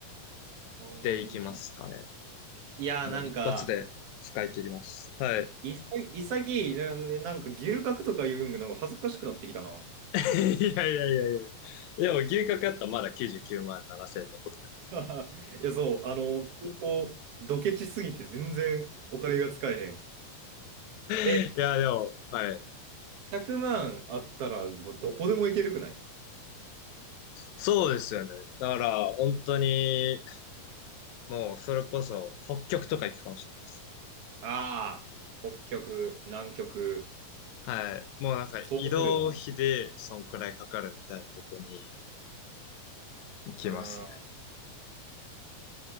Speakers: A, on the right; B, on the left.
A: あーでも1
B: で行きますかね。
A: いやー、
B: もう一発で使い切ります。
A: なんか、
B: はい。
A: いさ、潔い、ななんか牛角とか言うんが、なんか恥ずかしくなってきたな。
B: <laughs> いやいやいやいや。いや、もう牛角やったらまだ99万7千残ってる。
A: <laughs> いや、そう、あの、こう、ドケチすぎて全然お金が使えへん。え、
B: いや、でも、はい。
A: 100万あったら、でもどこでも行けるくない
B: そうですよね。だから、本当に、もう、それこそ、北極とか行くかもしれないです。
A: ああー、北極、南極、
B: はい。もうなんか、
A: そうなるよ
B: 移動費で、そんくらいかかるみたいなとこに行きますね。
A: な。あ